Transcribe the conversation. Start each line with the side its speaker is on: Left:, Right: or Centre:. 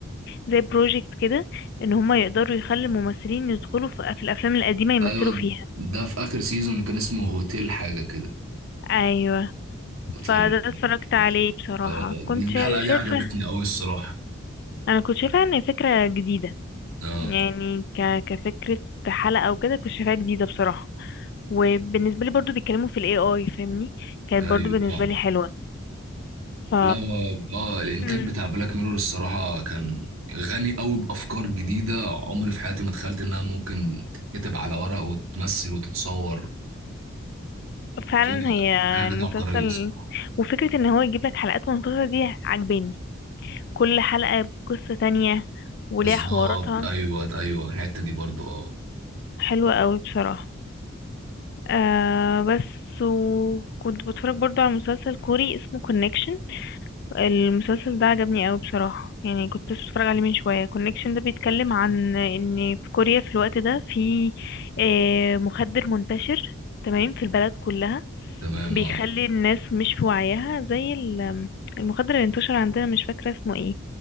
Left: زي بروجكت كده إن هما يقدروا يخلي الممثلين يدخلوا في في الأفلام القديمة يمثلوا
Right: ايوه
Left: فيها
Right: ده في اخر سيزون كان اسمه هوتيل حاجه كده
Left: أيوة
Right: هوتيل
Left: فده
Right: ريكي،
Left: اتفرجت
Right: مش
Left: عليه
Right: فاكر.
Left: بصراحة
Right: اه
Left: كنت
Right: دي
Left: شا-
Right: الحلقه
Left: شايفة
Right: دي عجبتني قوي الصراحه
Left: أنا كنت شايفة إن فكرة جديدة
Right: اه
Left: يعني ك... كفكرة حلقة أو كده كنت شايفاها جديدة بصراحة وبالنسبة لي برضو بيتكلموا في ال AI فاهمني كانت
Right: ايوه
Left: برضو بالنسبة
Right: فاهم
Left: لي حلوة ف
Right: لا هو- اه الانتاج
Left: مم.
Right: بتاع بلاك ميرور الصراحه كان غني قوي بافكار جديده عمري في حياتي ما تخيلت انها ممكن تتكتب على ورق وتتمثل وتتصور
Left: فعلا
Right: في
Left: هي
Right: في حاجات
Left: المسلسل
Right: عبقريه الصراحه
Left: وفكرة ان هو يجيب لك حلقات منفصلة دي عجباني كل حلقة بقصة تانية وليها
Right: بالظبط
Left: حواراتها
Right: ايوه ايوه الحته دي برضو اه
Left: حلوة قوي بصراحة آه بس وكنت بتفرج برضو على مسلسل كوري اسمه كونكشن المسلسل ده عجبني قوي بصراحة يعني كنت لسه بتفرج عليه من شوية كونكشن ده بيتكلم عن ان في كوريا في الوقت ده في آه مخدر منتشر تمام في البلد كلها
Right: تمام
Left: بيخلي
Right: اه
Left: الناس مش في وعيها زي ال- المخدر اللي انتشر عندنا مش فاكرة اسمه ايه